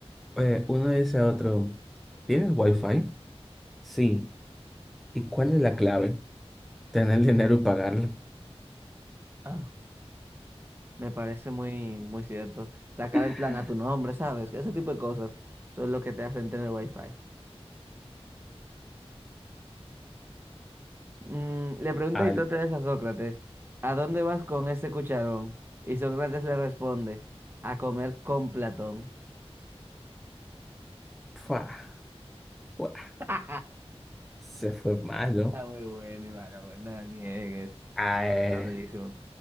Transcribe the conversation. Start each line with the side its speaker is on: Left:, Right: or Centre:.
Centre: eh, uno dice a otro, ¿tienes wifi? Sí. ¿Y cuál es la clave? Tener dinero y pagarlo.
Right: Ah, me parece muy, muy cierto. Sacar
Centre: <laughs>
Right: el plan a tu nombre, ¿sabes? Ese tipo de cosas son lo que te hacen tener wifi. Mm, le pregunta
Centre: Al,
Right: Aristóteles a Sócrates, ¿a dónde vas con ese cucharón? Y Sócrates le responde, a comer con Platón.
Centre: fua, fua,
Right: <laughs>
Centre: se fue malo.
Right: Está muy bueno, Iván, no lo niegues.
Centre: Ah, eh,
Right: Está durísimo.